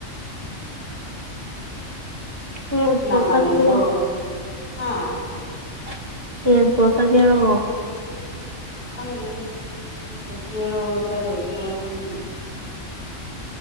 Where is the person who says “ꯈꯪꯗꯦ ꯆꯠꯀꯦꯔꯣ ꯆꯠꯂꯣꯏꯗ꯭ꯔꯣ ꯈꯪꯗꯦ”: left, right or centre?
Left